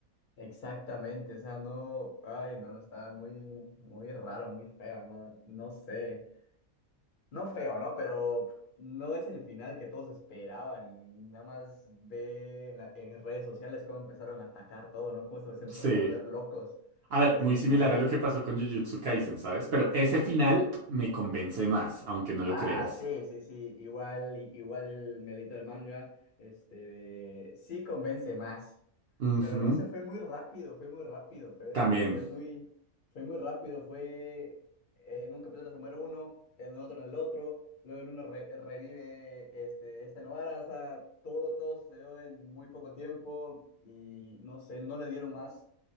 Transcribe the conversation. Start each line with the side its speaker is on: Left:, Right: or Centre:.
Left: Exactamente, o sea, no, ay, no, está muy, muy raro, muy feo, no, no sé. No feo, ¿no? Pero no es el final que todos esperaban. Nada más ve en, la- en redes sociales cómo empezaron a atacar todo, ¿no? Cómo se, se empezaron
Right: Sí.
Left: a volver locos
Right: A ver,
Left: por
Right: muy
Left: el final.
Right: similar a lo que pasó con Jujutsu Kaisen, ¿sabes? Pero ese final me convence más, aunque no lo
Left: Ah,
Right: creas.
Left: sí, sí, sí, igual, i- igual me leí todo el manga, este, de- sí convence más,
Right: Ujú.
Left: pero no sé, fue muy rápido, fue muy rápido, fue,
Right: También,
Left: fue muy, fue muy rápido, fue en un capítulo se muere uno, en otro en el otro, luego en uno re- revive este, este Novara, o sea, todo, todo sucedió en muy poco tiempo y no sé, no le dieron más,